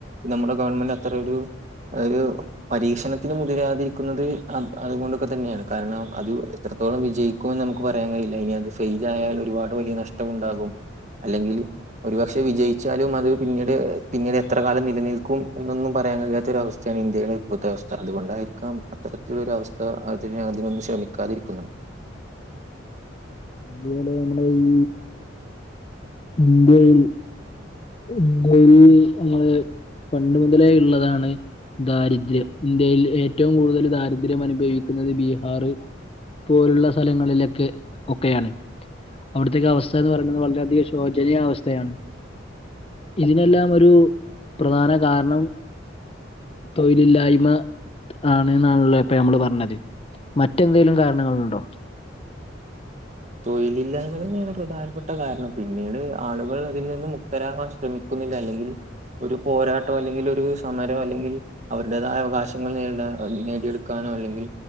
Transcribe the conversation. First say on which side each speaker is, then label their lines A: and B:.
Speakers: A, on the right (about 40°); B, on the left (about 30°).
A: നമ്മുടെ ഗവൺമെന്റ് അത്ര ഒരു ഒരു പരീക്ഷണത്തിന് മുതിരാതിരിക്കുന്നത് അത് അതുകൊണ്ടൊക്കെ തന്നെയാണ് കാരണം അത് ഇത്രത്തോളം വിജയിക്കുമെന്ന് നമുക്ക് പറയാൻ കഴയില്ല ഇനി അത് ഫെയിൽയാൽ ഒരുപാട് വലിയ നഷ്ടം ഉണ്ടാകും അല്ലെങ്കിൽ ഒരുപക്ഷെ വിജയിച്ചാലും അത് പിന്നീട് പിന്നീട് എത്ര കാലം നിലനിൽക്കും എന്നൊന്നും പറയാൻ കഴി ഇങ്ങനെത്തെ ഒരു അവസ്ഥയാണ് ഇന്ത്യയുടെ ഇപ്പോഴത്തെ അവസ്ഥ അതുകൊണ്ടായിരിക്കാം അത്തരത്തിലൊ ഒരു അവസ്ഥ അതിന അതിനൊന്നും ക്ഷമിക്കാതിരിക്കുന്നു
B: അതുപോലെ നമ്മള ഈ ഇന്ത്യയിൽ ഇന്ത്യയിൽ നമ്മളെ പണ്ട് മുതലേ ഉള്ളതാണ് ദാരിദ്ര്യം ഇന്ത്യയിൽ ഏറ്റവും കൂടുതൽ ദാരിദ്ര്യം അനുഭവിക്കുന്നത് ബീഹാർ പോലുള്ള സ്ഥലങ്ങളിലൊക്കെ ഒക്കെയാണ് അവിടത്തേക്കെ അവസ്ഥ എന്ന് പറയുന്നത് വളരെയധികം ശോചനീയ അവസ്ഥയാണ് ഇതിനെല്ലാം ഒരു പ്രധാന കാരണം തൊയിലില്ലായ്മ ആണ്ന്നാണല്ലോ ഇപ്പൊ നമ്മള് പറഞ്ഞത് മറ്റെന്തെങ്കലും കാരണങ്ങളുണ്ടോ
A: തൊഴിലില്ലായ്മ തന്നെയാണ് പ്രധാനപ്പെട്ട കാരണം പിന്നീട് ആളുകൾ അതിൽ നിന്നും മുക്തരാകാൻ ശ്രമി ക്കുന്നില്ല അല്ലെങ്കിൽ ഒരു പോരാട്ടം അല്ലെങ്കിൽ ഒരു സമരം അല്ലെങ്കിൽ അവരുടേതായ അവകാശങ്ങൾ നേടാൻ നേടിയെടുക്കാനോ അല്ലെങ്കിൽ